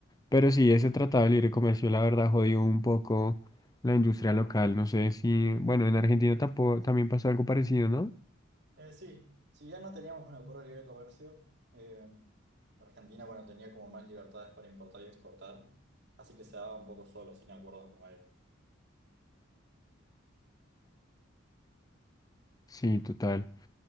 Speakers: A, on the left (about 20°); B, on the right (about 55°).
A: pero sí, ese tratado de libre comercio, la verdad, jodió un poco la industria local. No sé si, bueno, en Argentina tampoco, también pasó algo parecido, ¿no?
B: Eh, sí, si ya no teníamos un acuerdo de libre comercio, eh, Argentina, bueno, tenía como más libertades para importar y exportar, así que se daba un poco solo, sin acuerdos de por medio.
A: Sí, total.